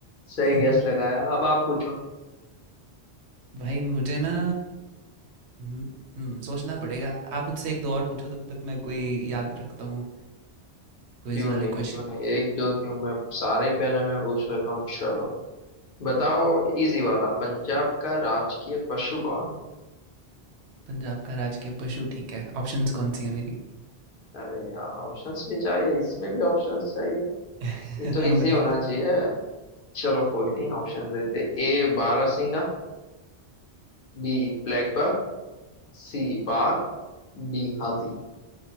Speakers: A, on the left (about 60°); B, on the right (about 85°).
A: सही
B: <laughs>
A: गैस लगाया अब आप पूछो
B: भाई मुझे ना हम्म हम्म, सोचना पड़ेगा आप मुझसे एक दो और पूछो तब तक मैं कोई याद रखता हूँ क्विज
A: क्यों
B: वाले
A: नहीं क्यों
B: क्वेश्चन
A: नहीं एक दो क्यों मैं सारे ही पहले मैं पूछ लेता हूँ चलो बताओ इजी वाला पंजाब का राजकीय पशु कौन है
B: पंजाब का राजकीय पशु ठीक है ऑप्शंस कौन सी है मेरी
A: अरे यार ऑप्शंस भी चाहिए इसमें भी ऑप्शंस चाहिए
B: <laughs>
A: ये तो
B: हाँ
A: इजी
B: भाई
A: होना चाहिए चलो कोई नहीं ऑप्शन देते ए बारहसिंगा बी ब्लैक बक सी बाघ डी हाथी